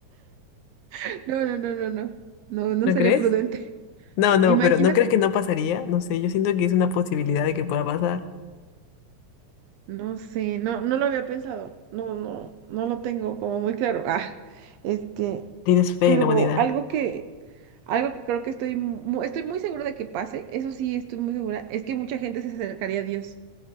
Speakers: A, on the right; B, on the left.
A: <laughs> No, no, no, no, no. No, no
B: ¿No
A: sería
B: crees?
A: prudente. <laughs>
B: No, no,
A: Imagínate.
B: pero ¿no crees que no pasaría? No sé, yo siento que es una posibilidad de que pueda pasar.
A: No sé. No, no lo había pensado. No, no, no lo tengo como muy claro. Ah, este.
B: ¿Tienes fe
A: Pero
B: en la humanidad?
A: algo que, algo que creo que estoy, mu- estoy muy segura de que pase. Eso sí, estoy muy segura. Es que mucha gente se acercaría a Dios.